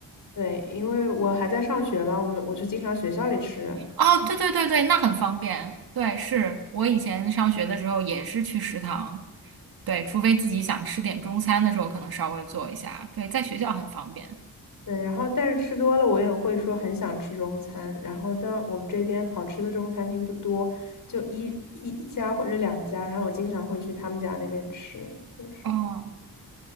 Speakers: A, on the left; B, on the right.
A: 对，因为我还在上学嘛，我们我就经常学校里吃。
B: 哦，对对对对，那很方便。对，是我以前上学的时候也是去食堂，对，除非自己想吃点中餐的时候，可能稍微做一下。对，在学校很方便。
A: 对，然后但是吃多了，我也会说很想吃中餐。然后但我们这边好吃的中餐厅不多，就一一一家或者两家。然后我经常会去他们家那边吃，就是
B: 哦，